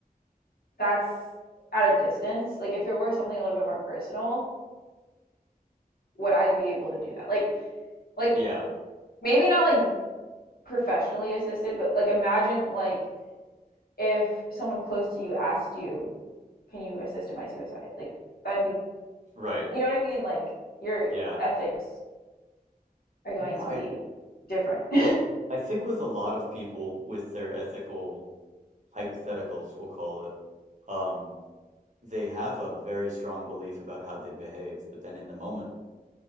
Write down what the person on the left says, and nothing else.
that's at a distance. Like if it were something a little bit more personal, would I be able to do that? Like like
maybe not like professionally assisted, but like imagine like if someone close to you asked you, "Can you assist in my suicide?" Like that'd be
you know what I mean? Like your
ethics are going
to
be different. <laughs>